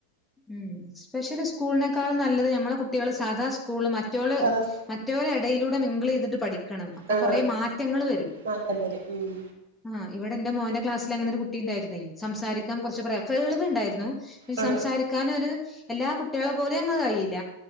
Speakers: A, in the centre; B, on the right.
A: മ് സ്പെഷല് സ്കൂളിനേക്കാളും നല്ലത് ഞമ്മളെ കുട്ട്യാള് സാധാ സ്കൂള് മ മറ്റോള്
B: അതാ
A: മറ്റോല് എ യിലൂടെ മിങ്കിളീത്ട്ട് പഠി ക്കണം അപ്പകൊറേ
B: ആ
A: മാറ്റങ്ങള് വെരും
B: മാറ്റപ്പേര് ഉം
A: ആഹ് വടെ ന്റെ മോന്റെ ക്ലാസിലങ്ങനോര് കുട്ടിണ്ടായിര്ന്നു. സംസാരിക്കാൻ കൊറച്ച് പറയാ കേൾവിണ്ട്. ന്നു
B: ആ
A: സംസാരിക്കാനൊര് എല്ലാ കുട്ടികളെ പോലങ്ങ് കയീല.